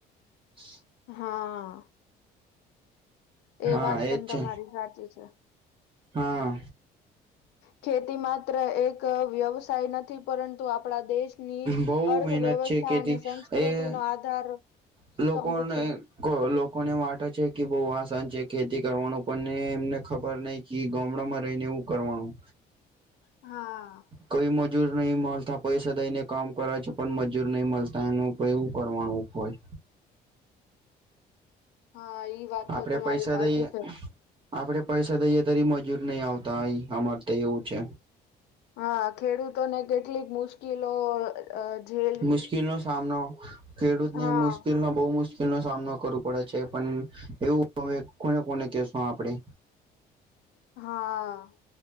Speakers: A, on the right; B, on the left.
A: <inaudible>
B: હા. એ
A: હા
B: વાત પણ
A: એજ છે
B: તમારી સાચી છે.
A: હા.
B: ખેતી માત્ર એક વ્યવસાય નથી પરંતુ આપણા દેશ ની
A: બહુ
B: અર્થવ્યવસ્થા
A: મહેનત છે કેથી
B: અને સંસ્કૃતિ
A: એ
B: નો આધાર
A: લોકોને
B: સ્તંભ છે.
A: લોકોને વાટ છે કે બોવ આસાન છે, ખેતી કરવાનું પણ એમને ખબર નય કે ગામડામાં રહીને એવું કરવાનું
B: હા.
A: કઈ મજૂર નહી મલતા પૈસા દઈને કામ કરે છે, પણ મજૂર નહી મલતા એનું તો એવું કરવાનું હોય
B: હા ઈ વાત
A: આપડે
B: તો તમારી
A: પૈસા
B: સાચી
A: દઈએ
B: છે
A: આપડે પૈસા દઈએ તારી મજૂર નહી આવતા અમારે ત્યાં એવું છે
B: હા ખેડૂતોને કેટલીક મુશ્કેલો અ જે
A: મુશ્કેલનો સામનો ખેડૂતને
B: હા
A: મુશ્કેલનો બહુ મુશ મુલ નો સામનો કરવો પડે છે પણ એવું કોને કોને કેશુ આપણે
B: હા